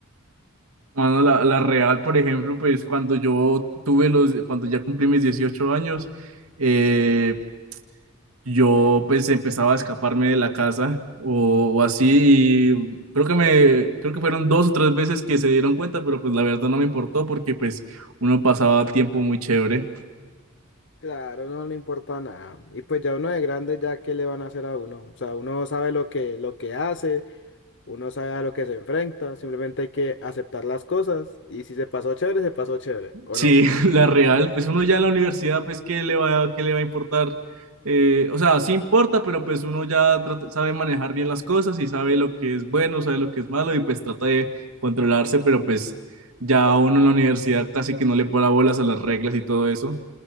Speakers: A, on the right; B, on the left.
A: bueno, la, la real, por ejemplo, pues cuando yo tuve los, cuando ya cumplí mis 18 años, eh, yo pues empezaba a escaparme de la casa o, o así y creo que me creo que fueron dos o tres veces que se dieron cuenta, pero pues la verdad no me importó porque pues uno pasaba tiempo muy chévere.
B: Claro, no le importa nada. Y pues ya uno de grande, ya qué le van a hacer a uno. O sea, uno sabe lo que, lo que hace, uno sabe a lo que se enfrenta, simplemente hay que aceptar las cosas y si se pasó chévere, se pasó chévere, ¿o
A: Sí,
B: no?
A: <laughs> la real, pues uno ya en la universidad pues qué le va qué le va a importar Eh, o sea, sí importa, pero pues uno ya trata- sabe manejar bien las cosas y sabe lo que es bueno, sabe lo que es malo y pues trata de controlarse, pero pues ya uno en la universidad casi que no le para bolas a las reglas y todo eso.